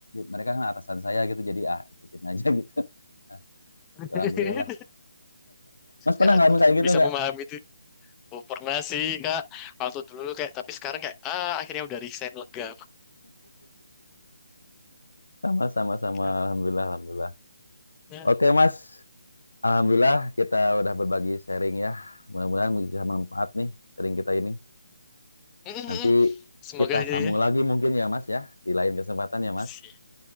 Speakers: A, on the left; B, on the left.
A: mereka kan atasan saya gitu jadi ah ikutin aja <laughs> gitu Nah,
B: <laughs>
A: alhamdulillah mas pernah
B: Ya,
A: ngalamin
B: aku
A: kayak gitu
B: bisa
A: nggak
B: memahami itu. Oh, pernah sih kak waktu dulu kayak tapi sekarang kayak ah akhirnya udah resign lega
A: Sama-sama, sama.
B: <laughs>
A: Alhamdulillah, alhamdulillah.
B: Ya.
A: Oke, Mas. Alhamdulillah kita udah berbagi sharing ya. Mudah-mudahan bisa manfaat nih sharing kita ini.
B: Mm-mm.
A: Nanti
B: semoga
A: kita
B: aja
A: sambung
B: ya.
A: lagi mungkin ya, Mas ya, di lain kesempatan ya, Mas.
B: Si-